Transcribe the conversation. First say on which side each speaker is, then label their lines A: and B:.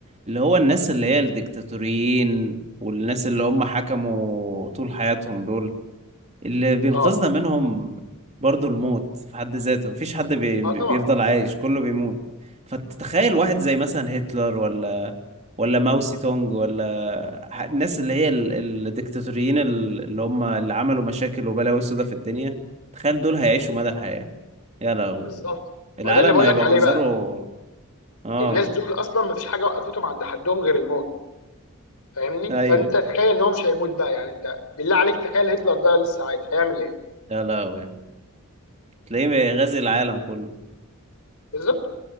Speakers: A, on the right (about 30°); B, on the left (about 90°).
A: اللي هو الناس اللي هي
B: يعني،
A: الديكتاتوريين والناس اللي هم حكموا طول حياتهم دول اللي بينقذنا
B: اه
A: منهم برضو الموت في حد ذاته مفيش حد بي بيفضل
B: اه طبعا
A: عايش كله بيموت فتتخيل واحد زي مثلا هتلر ولا ولا ماو سي تونج ولا ح- الناس اللي هي ال- الديكتاتوريين ال- اللي هم اللي عملوا مشاكل وبلاوي سودا في الدنيا تخيل دول هيعيشوا
B: مم.
A: مدى الحياة يا لهوي
B: بالظبط
A: العالم
B: ما ده اللي بقول
A: هيبقى
B: لك عليه
A: منظره
B: بقى
A: اه
B: الناس دول اصلا ما فيش حاجه وقفتهم عند حدهم غير الموت فاهمني
A: ايوه
B: فانت تخيل ان هو مش هيموت بقى يعني انت بالله عليك تخيل هتلر ده لسه عايش هيعمل ايه
A: يا لهوي تلاقيه غازي العالم كله
B: بالظبط